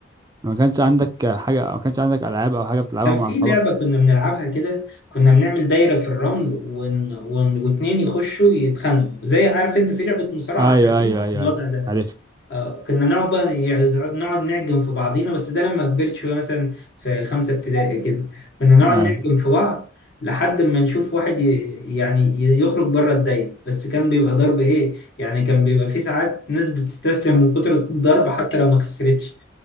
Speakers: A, on the right (about 20°); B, on the left (about 55°).
A: ما كانش عندك حاجة ما كانش عندك ألعاب أو حاجة بتلعبها
B: كان
A: مع
B: في
A: أصحابك
B: لعبة كنا بنلعبها كده كنا بنعمل دايرة في الرمل ون... ون... واتنين يخشوا يتخانقوا زي عارف انت في لعبة مصارعة
A: أيوه
B: حاليا
A: أيوه أيوه
B: الوضع
A: أيوه
B: ده
A: عارف
B: آه، كنا نقعد بقى يعني نقعد نعجن في بعضينا بس ده لما كبرت شوية مثلا في خمسة ابتدائي كده كنا نقعد
A: أيوه
B: نعجن في بعض لحد ما نشوف واحد ي- يعني ي- يخرج بره الدايرة بس كان بيبقى ضرب ايه يعني كان بيبقى في ساعات ناس بتستسلم من كتر الضرب حتى لو ما خسرتش